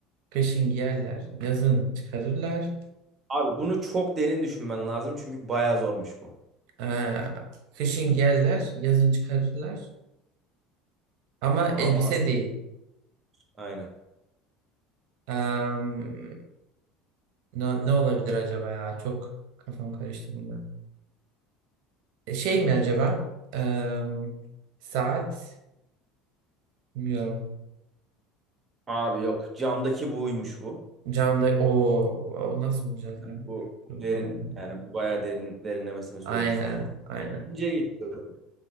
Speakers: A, on the right; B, on the right.
A: Kışın giyerler. Yazın çıkarırlar.
B: Abi bunu çok derin düşünmen lazım çünkü bayağı zormuş bu.
A: Aa, kışın giyerler. Yazın çıkarırlar. Ama
B: Ama
A: elbise
B: as
A: değil.
B: aynen.
A: Am, ne, ne olabilir acaba ya? Çok kafam karıştı bunda. Şey mi acaba? Eee, saat bilmiyorum.
B: Abi yok camdaki buymuş bu.
A: Canlı o, o nasıl bulacağız ya?
B: Bu
A: Çok
B: derin
A: zor ya.
B: yani bu bayağı derin derinlemesine sorulmuş
A: Aynen,
B: bir soru.
A: aynen.
B: İkinciye geçiyorum.